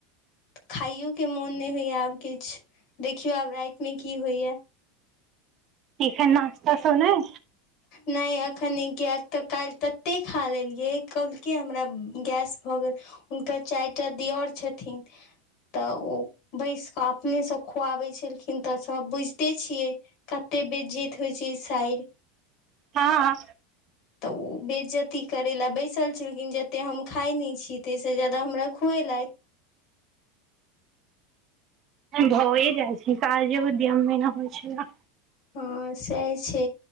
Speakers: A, on the left; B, on the right.
A: खाइयो के मोन नहि होइया आब किछु देखियौ आब राइतमे की होइया
B: एखन नस्ता सब नहि
A: नहि तखन गैक तऽ काल्हि तते खा लेलियै कलके हमरा गैस भऽ गेल चाइरटा दियर छथिन तऽ ओ बैस कऽ अपनेसँ खुआबैत छलखिन तऽ सभ बुझिते छियै कतेक बे जेत होइ छै साइर
B: हँ
A: तऽ बेज्जती करेय ला बैसल छलखिन जतेक हम खाइ नहि छी ताहिसँ ज्यादा हमरा खुएेलथि <inaudible>
B: भए जाइ छी काज जे बधियम मना होइ छै
A: हँ सेह छै